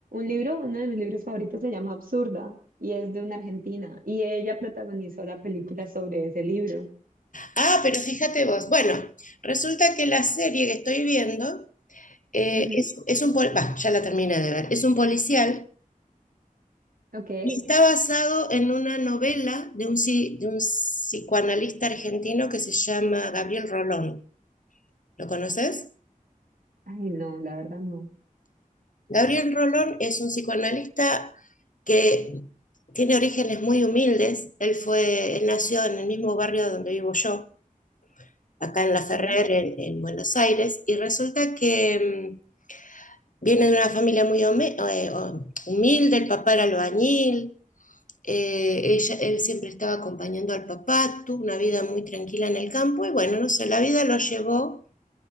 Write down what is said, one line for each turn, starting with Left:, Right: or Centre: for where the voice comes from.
Right: libro, uno de mis libros favoritos se llama Absurda y es de una argentina y ella protagonizó la película sobre ese libro.
Left: Ah, pero fíjate vos. Bueno, resulta que la serie que estoy viendo eh,
Right: Ujú,
Left: es, es un, pol- bah, ya la terminé de ver, es un policial
Right: ok.
Left: y está basado en una novela de un, psi- de un psicoanalista argentino que se llama Gabriel Rolón. ¿Lo conoces?
Right: Ay, no, la verdad no.
Left: Gabriel Rolón es un psicoanalista que tiene orígenes muy humildes. Él fue, él nació en el mismo barrio donde vivo yo. acá en La Ferrer,
Right: Mira.
Left: en, en Buenos Aires, y resulta que mm, viene de una familia muy home- eh, oh, humilde, el papá era albañil, eh, ella, él siempre estaba acompañando al papá, tuvo una vida muy tranquila en el campo, y bueno, no sé, la vida lo llevó